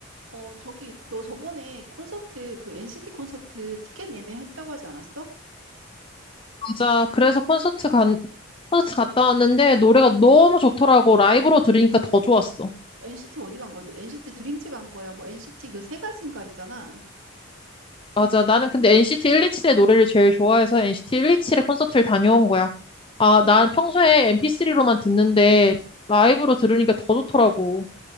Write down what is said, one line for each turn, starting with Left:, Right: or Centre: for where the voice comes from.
Right: 어, 저기, 너 저번에 콘서트, 그 NCT 콘서트 티켓 예매했다고 하지 않았어?
Left: 맞아. 그래서 콘서트 간, 콘서트 갔다 왔는데 노래가 너무 좋더라고. 라이브로 들으니까 더 좋았어.
Right: NCT 어디 간 거야? 너 NCT 드림즈 간 거야? 뭐 NCT 그 세 가지인가 있잖아.
Left: 맞아. 나는 근데 NCT 127의 노래를 제일 좋아해서 NCT 127의 콘서트를 다녀온 거야.
Right: 아,
Left: 아,
Right: 그래?
Left: 난 평소에 MP3로만 듣는데 라이브로 들으니까 더 좋더라고.